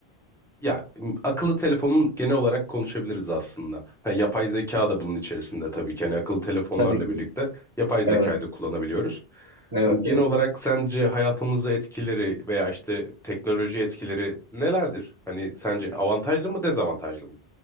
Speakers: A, in the centre; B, on the right.
A: Ya m- akıllı telefonun genel olarak konuşabiliriz aslında. Ha, yapay zeka da bunun içerisinde tabii ki. Hani akıllı telefonlarla
B: Tabii ki.
A: birlikte yapay zekayı
B: Evet.
A: da kullanabiliyoruz.
B: Evet,
A: Hani genel
B: evet.
A: olarak sence hayatımıza etkileri veya işte teknoloji etkileri nelerdir? Hani sence avantajlı mı dezavantajlı mı?